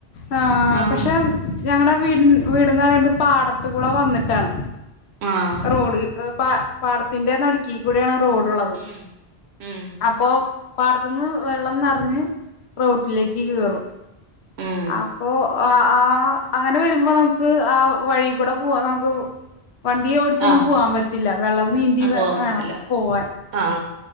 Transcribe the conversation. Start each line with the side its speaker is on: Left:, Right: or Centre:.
Left: ആ
Right: ആഹ്
Left: പക്ഷെ ഞങ്ങടെ വീടി വീടന്ന് പറയുന്നത് പാടത്ത് കൂടെ വന്നിട്ടാണ്.
Right: ആഹ്
Left: റോഡ് എ പാ പാടത്തിന്റെ നടു തി കൂടെയാണ് റോഡ് ഒള്ളത്
Right: ഉം ഉം
Left: അപ്പൊ പാടത്തുന്ന് വെള്ളം നെറഞ്ഞ് റോട്ടിലേക്ക് കേറും
Right: ഉം
Left: അപ്പൊ ആ ആ, അങ്ങനെ വരുമ്പോ നമുക്ക് ആ വഴി കൂടെ പോവാൻ നമുക്ക് വണ്ടി ഓടിച്ചൊന്നും
Right: ആഹ്
Left: പോവാൻ പറ്റില്ല വെള്ളം നീന്തി വ
Right: പോവാൻ പറ്റത്തില്ല
Left: വേണം പോവാൻ
Right: ആ